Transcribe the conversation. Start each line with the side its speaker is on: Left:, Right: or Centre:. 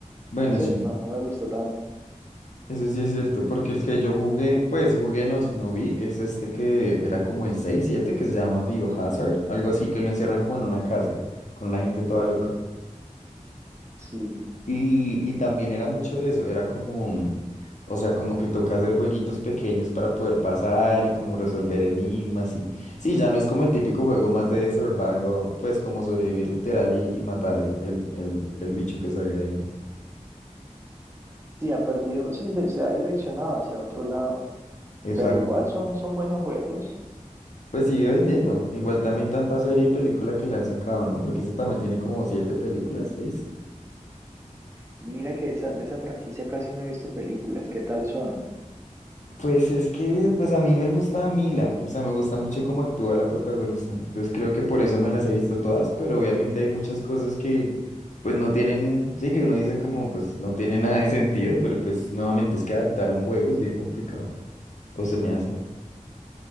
Left: bueno,
Right: no sé,
Left: sí.
Right: no, no me gustó tanto.
Left: Eso sí es cierto, porque el que yo jugué, pues jugué no, sino vi, es este que era como el seis siete que se llama Biohazard, algo así, que lo encierran como en una casa, con una gente toda loca.
Right: Sí,
Left: Y, y también era mucho de eso, era como, o sea, como que toca hacer jueguitos pequeños para poder pasar y como resolver enigmas y... Sí, ya no es como el típico juego más de survival, pues como sobrevivir literal y, y matar el, el, el, el bicho que salga ahí, ¿no?
Right: Sí, ha perdido, sí, se, se ha direccionado hacia otro lado,
Left: <laughs>
Right: pero igual son, son buenos juegos.
Left: Pues sigue vendiendo. Igual también tanta serie y película que le han sacado, ¿no? Porque este también tiene como siete películas, seis.
Right: Mira que esa, de esa franquicia casi no he visto películas, ¿qué tal son?
Left: Pues es que, pues a mí me gusta Mila, o sea, me gusta mucho cómo actúa la protagonista. Entonces creo que por eso me las he visto todas, pero obviamente hay muchas cosas que, pues no tienen, sí, que uno dice como, pues no tiene <laughs> nada de sentido, pero pues nuevamente es que adaptar un juego es bien complicado, o se me hace.